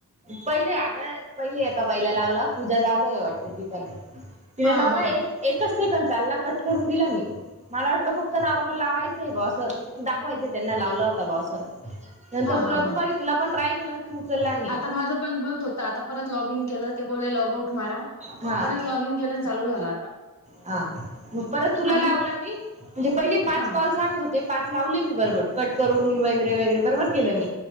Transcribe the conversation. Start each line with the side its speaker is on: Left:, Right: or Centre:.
Right: पहिले अग पहिले एका बाईला लावला. पूजा जाधव आहे वाटत तीच नाव. तिला
Left: हा
Right: लावला.
Left: हा
Right: एक एकच सेकंद चालला कट करून दिला मी. मला वाटल फक्त नॉर्मल लावायचंय बवा असं. फक्त दाखवायचंय त्यांना लावला होता बवा अस. नंतर
Left: हा
Right: तुला
Left: हा हा
Right: दुपारी तुला पण ट्राय केला तू उचल नाही.
Left: आता माझं पण बंद होत. आता परत लॉग इन केलं. ते बोलले लॉग आउट मारा.
Right: हा.
Left: परत लॉग इन केल्यान चालू झाला आता.
Right: हा मग परत तुला
Left: आणि
Right: लावला मी म्हणजे पहिले पाच
Left: हा
Right: कॉल सांगत होते. पाच लावले मी बरोबर कट करून वगैरे वगैरे बरोबर केलं, मी